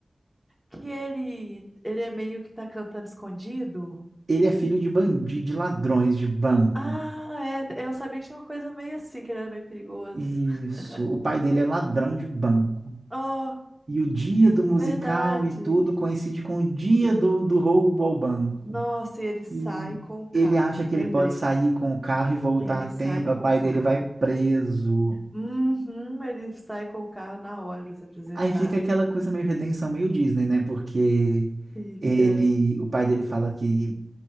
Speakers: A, in the centre; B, on the right (about 60°).
A: Que ele, ele é meio que tá cantando escondido?
B: Ele é filho de bandido, de ladrões de banco.
A: Ah, é, eu sabia que tinha uma coisa meio assim, que ele era meio perigoso.
B: Isso.
A: <laughs>
B: O pai dele é ladrão de banco.
A: Oh,
B: E o dia do musical
A: verdade.
B: e tudo coincide com o dia do, do roubo ao banco.
A: Nossa, e ele sai
B: E
A: com o carro.
B: ele acha que
A: Lembrei.
B: ele pode sair com o carro e voltar
A: Ele
B: a tempo.
A: sai com
B: aí O pai
A: o carro.
B: dele vai preso.
A: Uhum, ele sai com o carro na hora pra se apresentar.
B: Aí fica aquela coisa meio redenção, meio Disney, né? Porque
A: Fica.
B: ele, o pai dele fala que